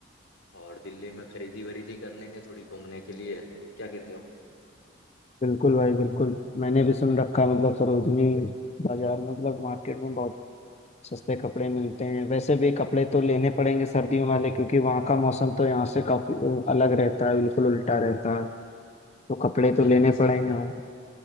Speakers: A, on the left (about 75°); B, on the left (about 35°).
A: और दिल्ली में खरीदी वरीदी कर लेंगे थोड़ी घूमने के लिए क्या कहते हो
B: बिल्कुल भाई बिल्कुल मैंने भी सुन रखा है मतलब सरोजनी बाजार में, मतलब मार्केट में बहुत सस्ते कपड़े मिलते हैं वैसे भी कपड़े तो लेने पड़ेंगे सर्दियों वाले क्योंकि वहाँ का मौसम तो यहाँ से काफी अ, अलग रहता है बिल्कुल उल्टा रहता है तो कपड़े तो
A: बिल्कुल
B: लेने
A: सही
B: पड़ेंगे
A: कहा
B: भाई